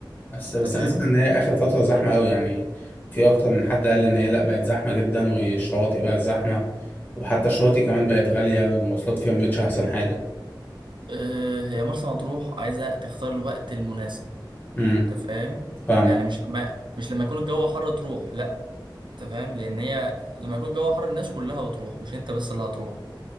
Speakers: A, on the left (about 25°); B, on the right (about 70°).
A: بس
B: انت
A: بس
B: فاهم
A: أنا أسمع إن هي آخر فترة زحمة أوي يعني في أكتر من حد قال إن هي لأ بقت زحمة جدا والشواطئ بقت زحمة وحتى الشواطئ كمان بقت غالية المواصلات فيها مبقتش أحسن حاجة
B: اه هي مرسى مطروح عايزة تختار الوقت المناسب
A: امم
B: انت فاهم
A: فاهمك
B: يعني مش لما مش لما يكون الجو حر تروح لا انت فاهم لان هي لما يكون الجو حر الناس كلها بتروح مش انت بس اللي هتروح